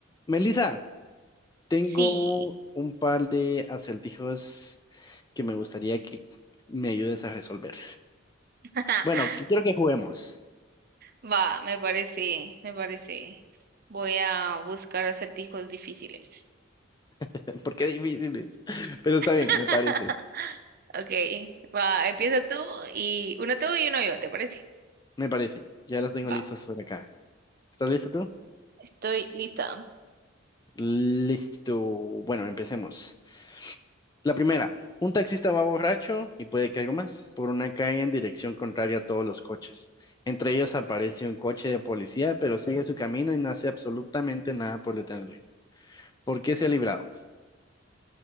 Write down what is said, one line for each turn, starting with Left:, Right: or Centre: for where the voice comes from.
Left: Melissa, tengo
Right: Sí,
Left: un par de acertijos que me gustaría que me ayudes a resolver.
Right: <laughs>
Left: Bueno, que quiero que juguemos,
Right: va, me parece, me parece. Voy a buscar acertijos difíciles.
Left: <laughs> porque difíciles. Pero está bien,
Right: <laughs>
Left: me parece,
Right: Ok, va, empieza tú y uno tú y uno yo, ¿te parece?
Left: me parece. Ya las tengo
Right: Va,
Left: listas por acá. ¿Estás listo tú?
Right: estoy lista.
Left: Listo. Bueno, empecemos. La primera, un taxista va borracho y puede que algo más por una calle en dirección contraria a todos los coches. Entre ellos aparece un coche de policía, pero sigue su camino y no hace absolutamente nada por detenerle. ¿Por qué se ha librado?